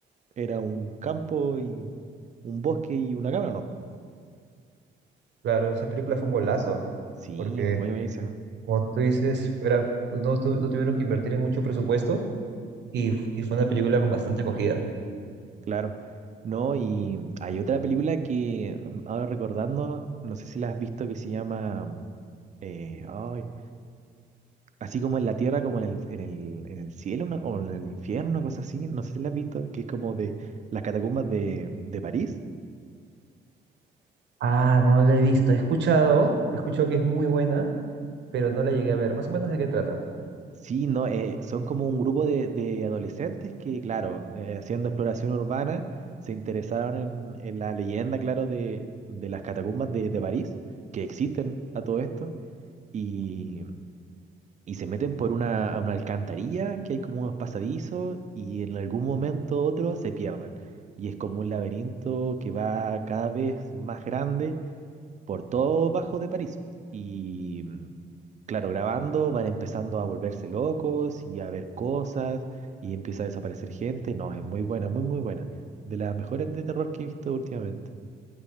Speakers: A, on the right; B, on the right.
A: era un campo y un bosque y una cámara, ¿no?
B: Claro, esa película fue un golazo,
A: Sí,
B: porque
A: muy buena esa,
B: Como tú dices, era, no, tu- no tuvieron que invertir en mucho presupuesto y, f- y fue una película con bastante acogida.
A: claro. No, y hay otra película que mm, ahora recordando, no sé si la has visto, que se llama, eh, ay, así como en la tierra, como en el, en el, en el cielo, una- o en el infierno, cosas así, no sé si la has visto, que es como de las catacumbas de, de París.
B: Ah, no la he visto. He escuchado, he escuchado que es muy buena, pero no la llegué a ver. Más o menos de qué trata.
A: Sí, no, eh, son como un grupo de, de adolescentes que, claro, mm, eh, haciendo exploración urbana, se interesaron en, en la leyenda, claro, de, de las catacumbas de, de París, que existen a todo esto y, y se meten por una, a una alcantarilla que hay como unos pasadizos y en algún momento u otro se pierden. Y es como un laberinto que va cada vez más grande por todo bajo de París. Y mm, claro, grabando van empezando a volverse locos y a ver cosas y empieza a desaparecer gente. No, es muy buena, muy, muy buena. De las mejores de terror que he visto últimamente.